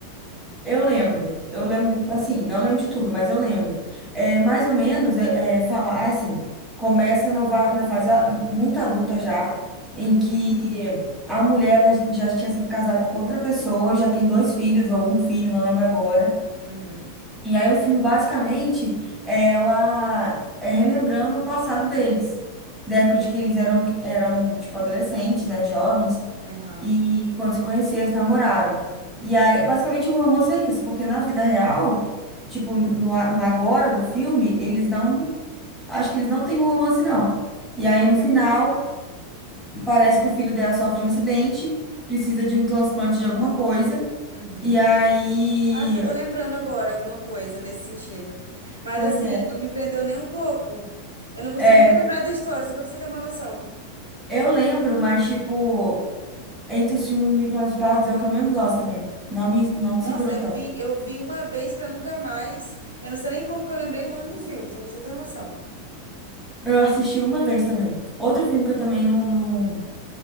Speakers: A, in the centre; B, on the right (about 85°).
A: Eu lembro, eu lembro, assim, não lembro de tudo, mas eu lembro. É, mais ou menos, é, é, falar assim, começa na, va- na fase a- muito adulta já, em
B: Uhum,
A: que a mulher já já tinha sido casada com outra pessoa, já tem dois filhos ou um filho, não lembro agora.
B: uhum,
A: E aí o filme basicamente é ela é relembrando o passado deles, da época de que eles eram eram tipo adolescentes, né, jovens,
B: aham,
A: e quando se conheceram, se namoraram. E aí basicamente o romance é isso, porque na vida real, tipo no, a- no agora do filme, eles não acho que eles não têm um romance não. E aí no final parece que o filho dela sofre um acidente, precisa de um transplante de alguma coisa,
B: uhum.
A: e aí,
B: Acho que eu tô lembrando agora alguma coisa nesse sentido. Mas
A: pois
B: assim,
A: é.
B: não me prendeu nem um pouco. Eu não consigo
A: É,
B: nem lembrar da história, só pra você ter uma noção.
A: Eu lembro, mas, tipo, entre os filmes do Nicolas Sparks é o que eu menos gosto também. Não me, não
B: Nossa,
A: me segurou
B: eu
A: tanto.
B: vi, eu vi uma vez pra nunca mais. Eu não sei nem como que eu lembrei o nome do filme, só pra você ter uma noção.
A: Eu assisti uma vez também. Outro filme que eu também não, não-